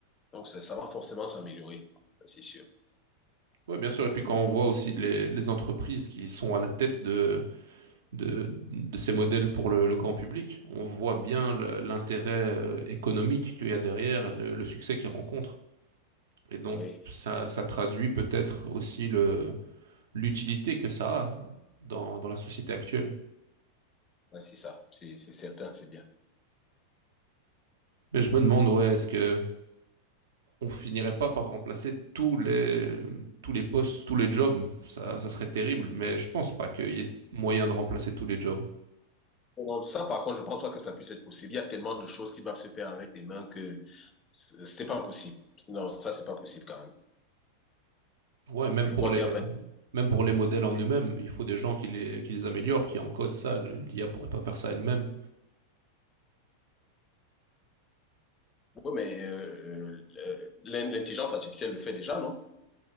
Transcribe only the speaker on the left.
Donc, ça, ça va forcément s'améliorer, ça, c'est sûr.
Oui,
Ouais, c'est ça, c'est c'est certain, c'est bien.
Bon, ça, par contre, je pense pas que ça puisse être possible. Il y a tellement de choses qui doivent se faire avec les mains que c'est c'est pas possible. Non, ça, c'est pas possible quand même.
Je
crois
qu'il n'y a pas...
une
Oui, mais euh, euh, l'intelligence artificielle le fait déjà, non?